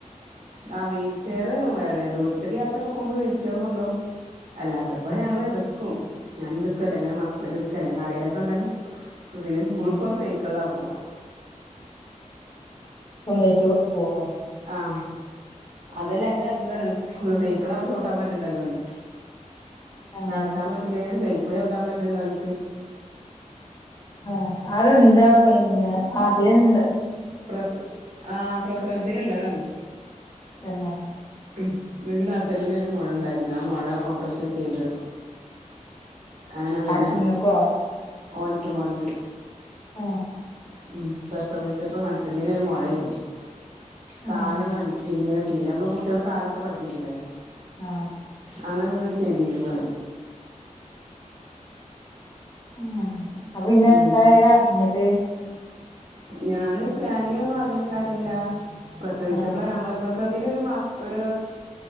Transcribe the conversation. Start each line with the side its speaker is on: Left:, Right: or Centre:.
Right: ആ വീൽചെയറ് വേടെ ദൂരത്തേക്ക് യാത്രയൊക്കെ പോകുമ്പോ വീൽചെയർ കൊണ്ടോകും അല്ലാത്തപ്പൊ
Left: ഉം
Right: ഞങ്ങള് ഇടുക്കും ഞാന് ഇടക്കും അല്ലെങ്കെ ഹസ്ബൻഡ് ഇടക്കെ അല്ലേൽ ആരേലും ഒക്കെ ഇണ്ടെങ്കെ പിന്നെ
Left: ഉം
Right: സ്കൂൾക്ക് ഓൻ സൈക്കിളിലാ പോവ
Left: സ്വന്തമായിട്ട് പോവോ
Right: ആഹ അതെല്ലാരും കലമ്പുതാണ് സൈക്കിൾ ആവുമ്പോ ചവിട്ടാൻ പറ്റണ്ടല്ലോന്
Left: ആഹ്
Right: നടക്കാൻ പറ്റ ഇല്ലെങ്ങങ്കിലും സൈക്കിള് ചവിട്ടാൻ പറ്റണ്ടോനിക്ക്
Left: ആഹ അതെന്താ പിന്നെ ആദ്യേ ണ്ട്
Right: പ്രസാ ആഹ പ്രസവത്തില് ഉള്ളതാണ്
Left: തന്നെ
Right: ഉം ഇവനിക്ക് നട്ടെല്ലിന് ഒരു മുഴ ഉണ്ടായിരുന്നു ആ മുഴ ഓപ്പറേഷൻ ചെയ്തു അങ്ങനെ പിന്നെ
Left: ആർക്ക് ഇങ്ങക്കോ
Right: ഓന്ക്ക് മോന്ക്ക്
Left: ആഹ
Right: ഉം പ്രസവിച്ചപ്പോ നട്ടലിന് ഒരു മൊഴയിരുന്നു കാലൊന്നും
Left: ആഹ്
Right: അന തിരുന്നീല തീരെ നമ്മള് കുട്ടികളെ കാല്ട്ട് പഠിപ്പിക്കൂലേ
Left: ആഹ
Right: അങ്ങനെ ഒന്നും ചെയ്തിരുന്നില ഓൻ
Left: ഉ അപ്പൊ പിന്നെ
Right: ഉം
Left: എത്ര ആയരെ അറിഞ്ഞത്
Right: ഞാന് സ്കാനിങ്ങിലൊന്നും അറിഞ്ഞിട്ടുണ്ടായിരുന്നില്ല പ്രസവിച്ചപ്പോള
Left: ആഹ്
Right: ഞങ്ങള് സത്തിന്റെ ഒരു മാസത് ഒരു